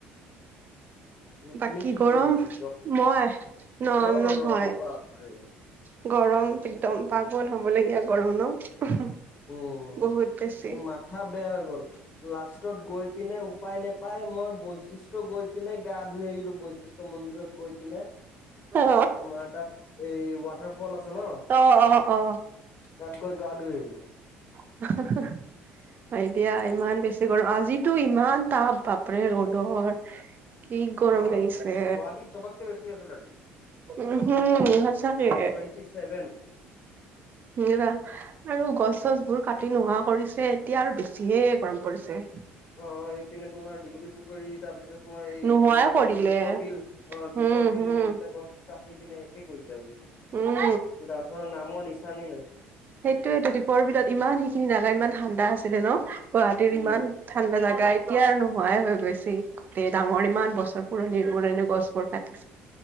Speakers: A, on the left; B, on the right.
A: তুমি
B: বাকী
A: কি
B: গৰম
A: কৰি আছা জব
B: মই নৰম
A: গৰম
B: নহয়।
A: বাপৰে
B: গৰম একদম পাগল হ'বলগীয়া গৰম নো
A: উম।
B: বহুত বেছি
A: এ মাথা বেয়া হৈ গল লাষ্টত গৈ পিনে উপায় নোপায় মই বৈশিষ্ট গৈ পিনে গাত ধুই আহিলো বৈ। শষ্ট মন্দিৰত গৈ কিনে
B: অ
A: তোমাৰ তাত এই ৱাটাৰ ফল আছে ন।
B: অ অ অ।
A: তাত গৈ গা ধুই আহিলো।
B: স স <unintelligible> দিয়া ইমান বেছি গৰম আজিতো ইমান টাপ বাপৰে ৰ'দৰ। কি গৰম
A: অ
B: লাগিছে।
A: গুৱাহাটীত চবতকে বেছি আছিল আজি
B: উ উম সচাকে
A: টুৱেণ্টি ছেভেন
B: নিল আৰু গছ গছ বোৰ কাটি নোহোৱা কৰিছে এতিয়া আৰু বেছিহে গৰম পৰিছে।
A: অ এইপিনে তোমাৰ দীঘলী পুখুৰীত তাৰ পিছত তোমাৰ এই
B: নোহোৱাই
A: কি নাম
B: কৰিলে
A: জানো দীপৰ বিল অ দীপৰ
B: উম
A: বিল
B: হম
A: এইকেইটা গছ কাটি পিনে সেষে কৰি।
B: উম
A: গছৰ নামৰ নিচানেই নাই
B: সেইটোয়ে এইটো দীপৰ বিলত ইমান সেইখিনি নাগা ইমান ঠাণ্ডা আছে। আছিলে ন গুৱাহাটীত
A: উম
B: ইমান ঠাণ্ডা জাগা এতিয়া আৰু নোহোৱাই হৈ গৈছে। ডাঙৰ ইমান বছৰ পুৰণি পুৰণি গছবোৰ কাট।